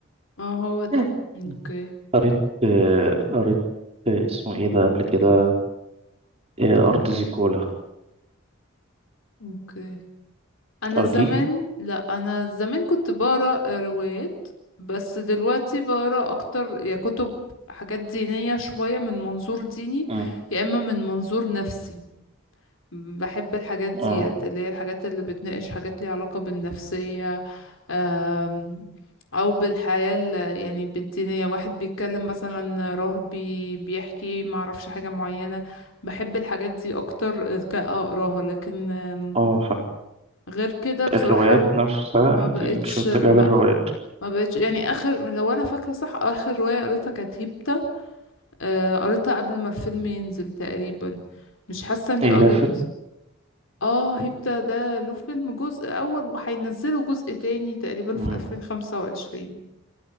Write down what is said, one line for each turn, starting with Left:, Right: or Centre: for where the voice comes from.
Left: اه هو
Right: <laughs>
Left: ده اوكي
Right: قريت آه، قريت آه، اسمه ايه ده قبل كده آه، ارض زيكولا
Left: اوكي انا
Right: ارضي
Left: زمان لا انا زمان كنت بقرا روايات بس دلوقتي بقرا اكتر يا كتب حاجات دينية شوية من منظور ديني
Right: مم.
Left: يا اما من منظور نفسي بحب الحاجات ديت
Right: اه
Left: اللي هي الحاجات اللي بتناقش حاجات ليها علاقة بالنفسية أم، أو بالحياة ال- يعني بالدينية واحد بيتكلم مثلا رهبي بيحكي معرفش حاجة معينة بحب الحاجات دي أكتر كأقراها لكن أم،
Right: اه
Left: غير كده بصراحة
Right: الروايات نفسها
Left: ما بقتش
Right: دي مش متجهة
Left: لا
Right: للروايات
Left: ما بقتش يعني آخر لو أنا فاكرة صح آخر رواية قريتها كانت هيبتا آه، قريتها قبل ما الفيلم ينزل تقريبا مش حاسة إني
Right: هي
Left: قريت
Right: لها فيلم
Left: اه هيبتا ده له فيلم جزء اول وهينزله جزء تاني تقريبا في
Right: مم.
Left: 2025